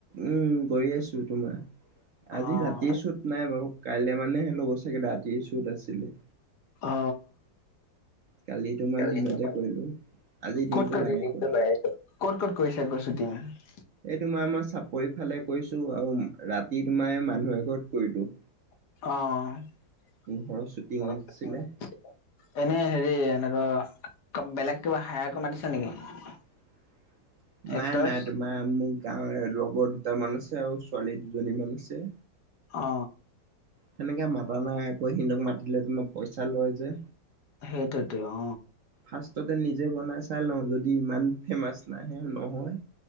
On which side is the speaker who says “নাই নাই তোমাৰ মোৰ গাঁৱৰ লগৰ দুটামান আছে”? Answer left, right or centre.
Right